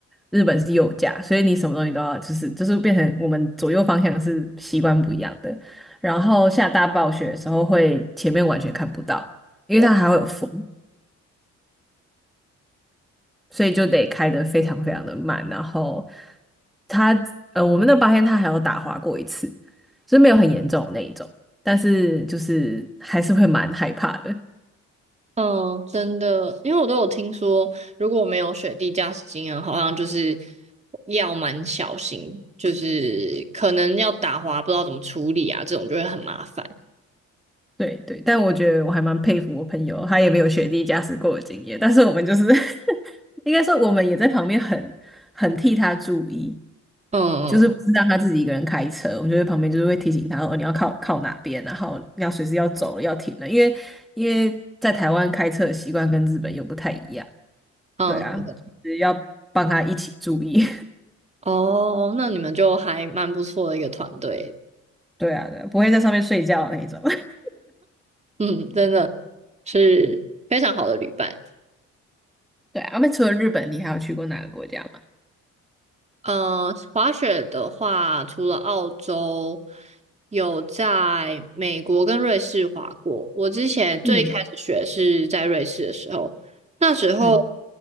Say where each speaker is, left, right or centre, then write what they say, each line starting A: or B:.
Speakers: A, in the centre; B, on the right.
A: 日本是右驾，所以你什么东西都要就是就是变成我们左右方向是习惯不一样的。然后下大暴雪的时候会前面完全看不到，因为它还会有风，
B: 哇。
A: 所以就得开得非常非常的慢。然后它呃，我们那八天它还有打滑过一次，就是没有很严重的那一种，但是就是还是会蛮害怕的。
B: 嗯，真的，因为我都有听说，如果没有雪地驾驶经验，好像就是要蛮小心，就是可能要打滑，不知道怎么处理啊，这种就会很麻烦。
A: 对对，但我觉得我还蛮佩服我朋友，他也没有雪地驾驶过的经验，但是我们就是 <laughs> 应该说我们也在旁边很很替他注意，
B: 嗯
A: 就是不是让他自己一个人开车，我们就在旁边就是会提醒他哦，你要靠靠哪边，然后你要随时要走了要停了，因为因为在台湾开车的习惯跟日本又不太一样，
B: 嗯嗯，
A: 对啊，
B: 对
A: 就是要帮他一起注意，
B: 哦，那你们就还蛮不错的一个团队，
A: <laughs> 对啊对啊不会在上面睡觉的那一种，<laughs>
B: 嗯，真的是非常好的旅伴。
A: 对啊，那除了日本，你还有去过哪个国家吗？
B: 嗯，滑雪的话，除了澳洲，有在美国跟瑞士滑过。我之前最开始学是在瑞士的时候，
A: 嗯
B: 那时候
A: 嗯